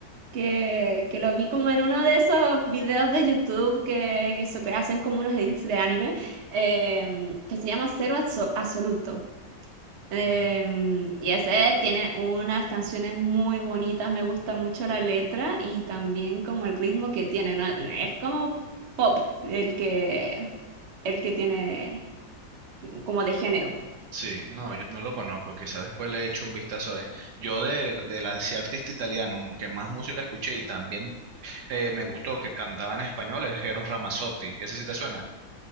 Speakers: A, on the right (about 45°); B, on the right (about 65°).
A: que, que lo vi como en uno de esos videos de YouTube que, que, so- que hacen como unos edits de anime eh, que se llama Cero Azo- Absoluto. Eh,
B: Mm.
A: y ese tiene unas canciones muy bonitas, me gusta mucho la letra y también como el ritmo que tiene, ¿no? Es como pop el que, el que tiene como de género.
B: Sí, no, yo no lo conozco, quizás después le echo un vistazo. eh. Yo de, de la, ese artista italiano que más música escuché y también eh, me gustó que cantaba en español es Eros Ramazzotti, ¿ese sí te suena?